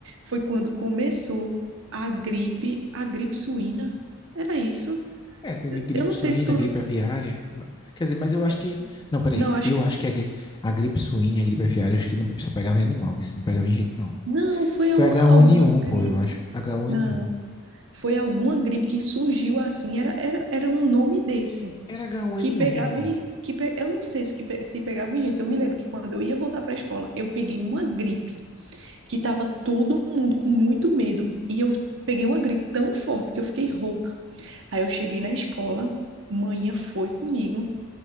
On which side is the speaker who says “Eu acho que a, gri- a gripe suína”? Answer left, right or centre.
Left